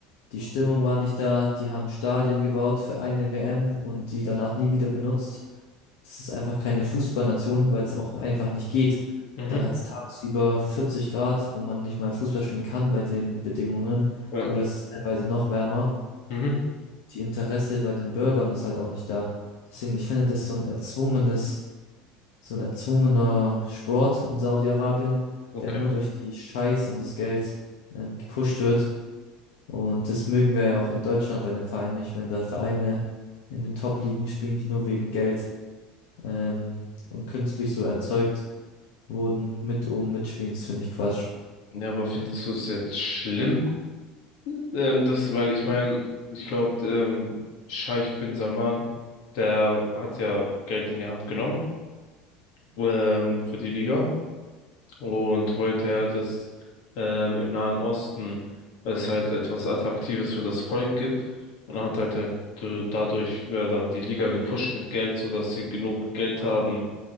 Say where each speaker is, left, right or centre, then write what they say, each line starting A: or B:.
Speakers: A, on the left; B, on the left.
A: Die Stimmung
B: Mhm.
A: war nicht da, die haben Stadien gebaut für eine WM und die danach nie wieder benutzt. Das ist einfach keine Fußballnation, weil es auch einfach nicht geht.
B: Mhm.
A: Da hat es tagsüber 40 Grad, wo man nicht mal Fußball spielen kann bei den Bedingungen.
B: Ja.
A: Oder es ist teilweise noch wärmer.
B: Mhm.
A: Die Interesse bei den Bürgern ist halt auch nicht da. Deswegen, ich finde das so ein erzwungenes, so ein erzwungener Sport in Saudi-Arabien,
B: Okay.
A: der nur durch die Scheichs und das Geld ähm, gepusht wird. Und das mögen wir ja auch in Deutschland bei den Vereinen nicht, wenn da Vereine in den Top-Ligen spielen, die nur wegen Geld ähm, und künstlich so erzeugt wurden, mit oben mitspielen. Das finde ich Quatsch.
B: Ja, aber findest du es jetzt schlimm? Ähm, das, weil ich meine, ich glaube, ähm, Scheich bin Salman, der hat ja Geld in die Hand genommen, ähm, für die Liga. Und wollte ja, dass ähm, im Nahen Osten es halt etwas Attraktives für das Volk gibt. Und hat halt, halt äh, dadurch ja, dann die Liga gepusht mit Geld, sodass sie genug Geld haben,